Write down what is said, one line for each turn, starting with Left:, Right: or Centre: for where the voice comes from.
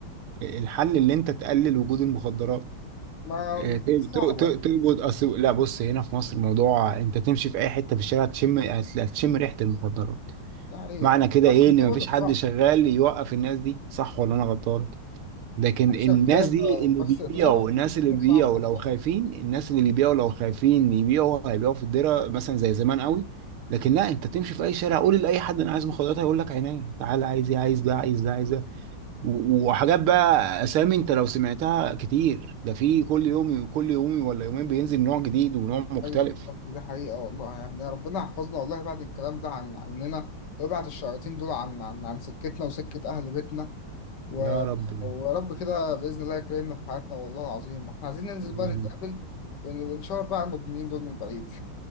Right: الحل اللي انت تقلل وجود المخدرات
Left: ما
Right: آه، ت- ت-
Left: صعبة
Right: ت- توجد أصل لا بص هنا في مصر الموضوع انت تمشي في اي حته في الشارع تشم هت- هتشم ريحه المخدرات
Left: يعني
Right: معنى
Left: أنا
Right: كده ايه ان
Left: بقول
Right: مفيش
Left: لك
Right: حد
Left: صعبة
Right: شغال يوقف الناس دي صح ولا انا غلطان لكن
Left: في ناس
Right: الناس
Left: شغالة
Right: دي اللي
Left: بس
Right: بيبيعوا
Left: زي ما قلت
Right: الناس
Left: الدنيا
Right: اللي بيبيعوا
Left: صعبة والله
Right: لو خايفين الناس اللي بيبيعوا لو خايفين يبيعوا هيبيعوا في الدره مثلا زي زمان قوي لكن لا انت تمشي في اي شارع قول لاي حد انا عايز مخدرات هيقول لك عينيا تعالى عايز ايه عايز ده عايز ده عايز ده و- وحاجات بقى اسامي انت لو سمعتها كتير ده في كل يوم كل يوم ولا يومين بينزل نوع جديد ونوع مختلف
Left: أيوه بالظبط دي حقيقة والله يعني ربنا يحفظنا والله بعد الكلام ده عن عننا ويبعد الشياطين دول عن عن, عن سكتنا وسكة أهل بيتنا و...
Right: يا رب
Left: ورب كده بإذن الله يكرمنا في حياتنا والله العظيم إحنا عايزين ننزل بقى
Right: يا
Left: نتقابل
Right: رب
Left: ون- ونشاور بقى على المدمنين دول من بعيد